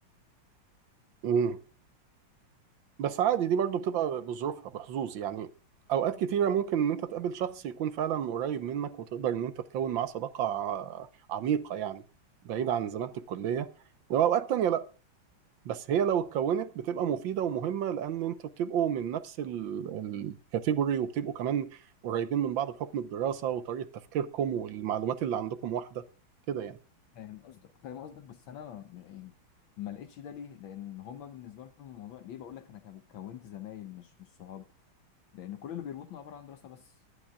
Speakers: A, on the right; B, on the left.
A: امم بس عادي دي برضو بتبقى بظروفها بحظوظ يعني أوقات كتيرة ممكن إن أنت تقابل شخص يكون فعلا قريب منك وتقدر إن أنت تكون معاه صداقة ع- عميقة يعني بعيد عن زمانة الكلية وأوقات تانية بس هي لو اتكونت بتبقى مفيدة ومهمة لأن أنتوا بتبقوا من نفس ال- الكاتيجوري وبتبقوا كمان قريبين من بعض بحكم الدراسة وطريقة تفكيركم والمعلومات اللي عندكم واحدة كده يعني
B: فاهم قصدك فاهم قصدك بس انا م- يعني ما لقيتش ده ليه لان هما بالنسبه لهم الموضوع ليه بقول لك انا كو- كونت زمايل مش مش صحاب لان كل اللي بيربطنا عباره عن دراسه بس